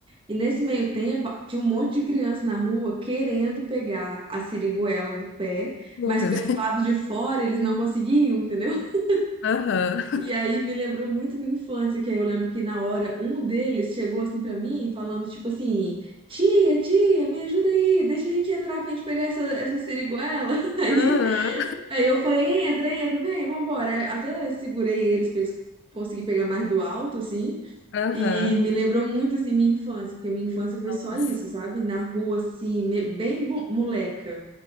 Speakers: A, on the right; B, on the left.
A: E nesse meio tempo, tinha um monte de criança na rua querendo pegar a siriguela do pé,
B: Bom,
A: mas
B: meu
A: pelo
B: Deus.
A: lado de fora eles não conseguiam, entendeu? <laughs>
B: <laughs> Aham.
A: E aí me lembrou muito minha infância, que aí eu lembro que na hora um deles chegou assim pra mim, falando tipo assim: Tia, tia, me ajuda aí, deixa a gente entrar pra gente pegar essa, essa siriguela. <laughs> Aí
B: Aham.
A: Aí eu falei, entra, entra, vem, vambora. Até segurei eles pra eles conseguirem pegar mais do alto, assim.
B: Aham.
A: E me lembrou muito, assim, minha infância, porque minha infância foi
B: Nossa.
A: só isso, sabe? Na rua, assim, me- bem bo- moleca.